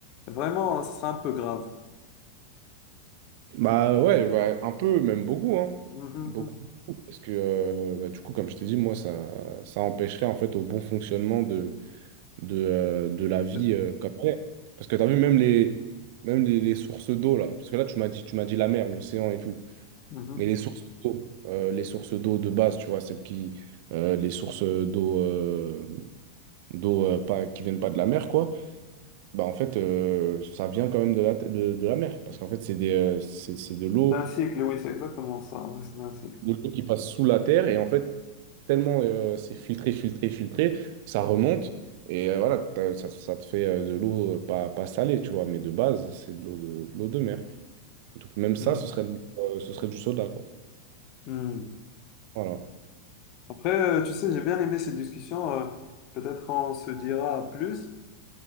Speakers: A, on the left; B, on the right.
A: vraiment, ce sera un peu grave.
B: Bah ouais, bah, un peu, même beaucoup, hein.
A: Mhm,
B: Beaucoup,
A: mhm.
B: beaucoup. Parce que, euh, bah, du coup, comme je t'ai dit, moi, ça, ça empêcherait, en fait, au bon fonctionnement de, de, euh, de la vie
A: De-
B: euh, comme elle est. Parce que tu as vu, même les, même les, les sources d'eau, là. Parce que là, tu m'as dit, tu m'as dit la mer, l'océan et tout.
A: mhm.
B: Mais les sources d'eau, euh, les sources d'eau de base, tu vois, celles qui. euh, les sources d'eau. euh, d'eau euh, pas, qui viennent pas de la mer, quoi, bah en fait, euh, ça vient quand même de la, de, de la mer. Parce qu'en fait, c'est des, euh, c'est, c'est de l'eau,
A: C'est un cycle, oui, c'est exactement ça. Oui, c'est un cycle.
B: de l'eau qui passe sous la terre. Et en fait, tellement euh, c'est filtré, filtré, filtré, ça remonte. Et euh, voilà, t'as- ça, ça te fait euh, de l'eau euh, pas, pas salée, tu vois. Mais de base, c'est de l'eau de, de l'eau de mer. Donc même ça,
A: Mhm,
B: ce serait, euh, ce serait du soda, quoi.
A: mhm.
B: Voilà.
A: Après, euh, tu sais, j'ai bien aimé cette discussion. euh, peut-être on se dira à plus.